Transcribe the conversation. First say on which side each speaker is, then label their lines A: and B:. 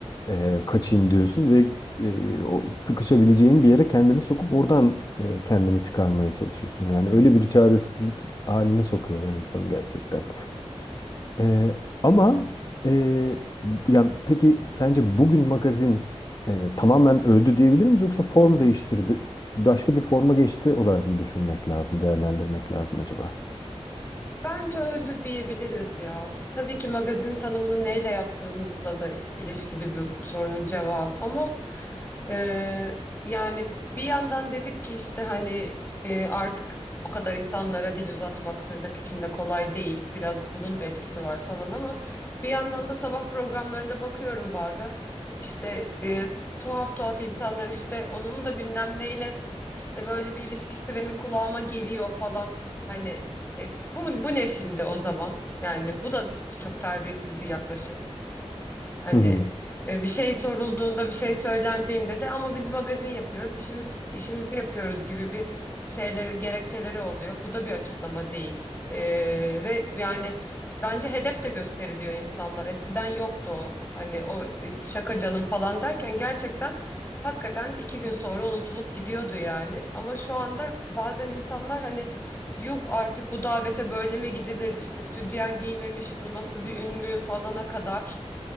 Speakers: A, on the left; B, on the left.
A: e, kaçayım diyorsun ve e, o sıkışabileceğin bir yere kendini sokup oradan e, kendini çıkarmaya çalışıyorsun yani öyle bir çaresizlik haline sokuyorlar insanı gerçekten. Ee, ama e, yani peki sence bugün magazin e, tamamen öldü diyebilir miyiz yoksa form değiştirdi, başka bir forma geçti olarak mı düşünmek lazım, değerlendirmek lazım acaba?
B: Bence öldü diyebiliriz ya. Tabii ki magazin tanımını neyle yaptığımızla da ilişkili bir sorunun cevabı. Ama e, yani bir yandan dedik ki işte hani e, artık o kadar insanlara dil uzatmak tırnak içinde kolay değil. Biraz bunun da etkisi var falan ama bir yandan da sabah programlarında bakıyorum bazen. İşte e, tuhaf tuhaf insanlar işte onun da bilmem neyle işte böyle bir ilişkisi benim kulağıma geliyor falan. Hani e, bu, bu ne şimdi o zaman? Yani bu da çok terbiyesiz bir yaklaşım. Hani
A: Hı hı.
B: e, bir şey sorulduğunda, bir şey söylendiğinde de ama biz magazin yapıyoruz, işimiz işimizi yapıyoruz gibi bir şeyleri, gerekçeleri oluyor. Bu da bir açıklama değil. E, ve yani bence hedef de gösteriliyor insanlar. Eskiden yoktu o. Hani o e, şaka canım falan derken gerçekten hakikaten iki gün sonra unutulup gidiyordu yani. Ama şu anda bazen insanlar hani Yuh artık bu davete böyle mi gidilir? İşte sütyen giymemiş, bu nasıl bir ün mü falana kadar.